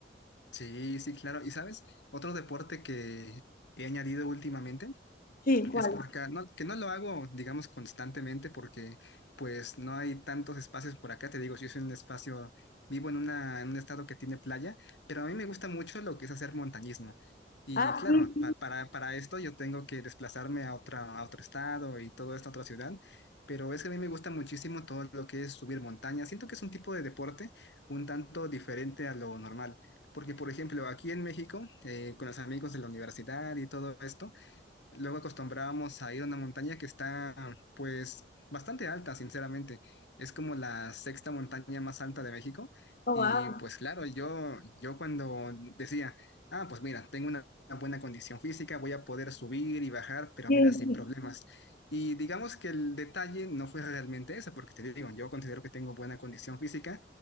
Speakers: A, on the left; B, on the left.
A: Sí, sí, claro. ¿Y sabes? Otro deporte que he añadido últimamente.
B: Sí. ¿Cuál?
A: Es por acá, no, que no lo hago, digamos, constantemente porque pues no hay tantos espacios por acá, te digo, yo soy un espacio, vivo en una, en un estado que tiene playa, pero a mí me gusta mucho lo que es hacer montañismo. Y
B: Ah,
A: claro,
B: sí, sí.
A: pa- para, para esto yo tengo que desplazarme a otra, a otro estado y todo esto a otra ciudad, pero es que a mí me gusta muchísimo todo lo que es subir montaña. Siento que es un tipo de deporte un tanto diferente a lo normal, porque por ejemplo, aquí en México, eh, con los amigos de la universidad y todo esto, Luego acostumbrábamos a ir a una montaña que está, pues, bastante alta, sinceramente. Es como la sexta montaña más alta de México.
B: Oh,
A: Y
B: wow.
A: pues claro, yo, yo cuando decía, ah, pues mira, tengo una buena condición física, voy a poder subir y bajar, pero
B: Sí,
A: mira, sin
B: sí,
A: problemas. Y digamos que el detalle no fue realmente eso, porque te digo, yo considero que tengo buena condición física.